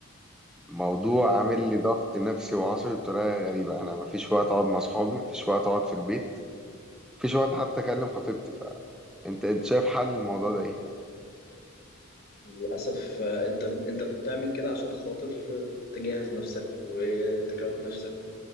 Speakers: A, in the centre; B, on the left (about 50°).
A: موضوع عامل لي ضغط نفسي وعصبي بطريقه غريبه انا ما فيش وقت اقعد مع اصحابي ما فيش وقت اقعد في البيت ما فيش وقت حتى اكلم خطيبتي فانت انت شايف حل الموضوع ده ايه
B: للأسف آه، انت انت بتعمل كده عشان خاطر تجهز نفسك وتكون نفسك